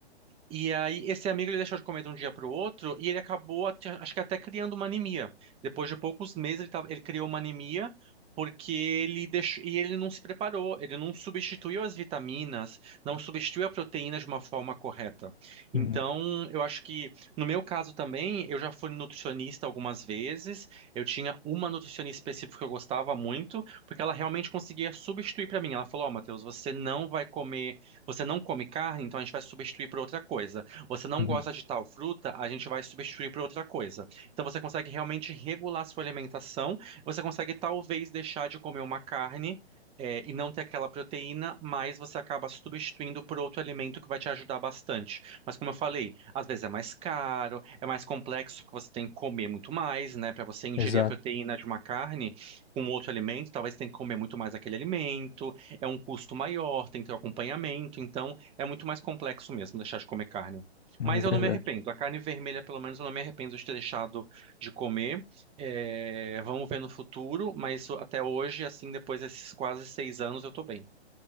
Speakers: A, on the right; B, on the left.
A: E aí, esse amigo ele deixou de comer de um dia para o outro e ele acabou, ate- acho que até criando uma anemia. Depois de poucos meses, ele, tava- ele criou uma anemia porque ele deixou, e ele não se preparou, ele não substituiu as vitaminas, não substituiu a proteína de uma forma correta.
B: Uhum,
A: Então, eu acho que, no meu caso também, eu já fui nutricionista algumas vezes, eu tinha uma nutricionista específica que eu gostava muito, porque ela realmente conseguia substituir para mim. Ela falou: Ó, Matheus, você não vai comer. Você não come carne, então a gente vai substituir por outra coisa. Você não
B: uhum.
A: gosta de tal fruta, a gente vai substituir por outra coisa. Então você consegue realmente regular sua alimentação. Você consegue talvez deixar de comer uma carne, é, e não ter aquela proteína, mas você acaba substituindo por outro alimento que vai te ajudar bastante. Mas como eu falei, às vezes é mais caro, é mais complexo, porque você tem que comer muito mais, né? Para você ingerir
B: Exato.
A: a proteína de uma carne com outro alimento, talvez você tenha que comer muito mais aquele alimento é um custo maior, tem que ter o acompanhamento, então é muito mais complexo mesmo deixar de comer carne.
B: É
A: Mas
B: verdade.
A: eu não me arrependo. A carne vermelha, pelo menos, eu não me arrependo de ter deixado de comer. É, vamos ver no futuro, mas o- até hoje, assim, depois desses quase seis anos, eu tô bem.